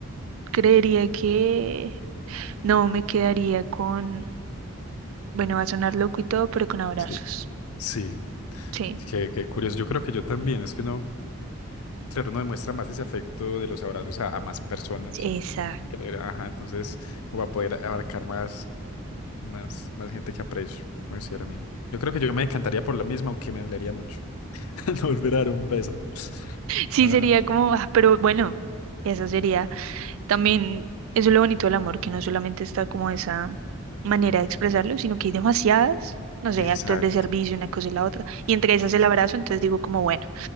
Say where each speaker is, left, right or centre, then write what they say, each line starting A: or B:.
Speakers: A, on the right (about 70°); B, on the left (about 90°).
A: creería que no me quedaría con, bueno, va a sonar loco y todo, pero con abrazos.
B: Sí. Sí,
A: Sí,
B: qué, qué curioso. Yo creo que yo también. Es que uno, claro, uno demuestra más ese afecto de los abrazos a, a más personas.
A: Exacto.
B: Creo, ajá, entonces uno va a poder abarcar más, más, más gente que aprecio, considero a mí. Yo creo que yo me encantaría por la misma, aunque me dolería mucho. <laughs> No volver a dar un beso.
A: sí
B: Ajá.
A: sería como, ah, pero bueno, eso sería también, eso es lo bonito del amor, que no solamente está como esa manera de expresarlo, sino que hay demasiadas. No sé,
B: Exacto.
A: actos de servicio, una cosa y la otra. Y entre esas
B: Es-
A: el abrazo, entonces digo como, bueno,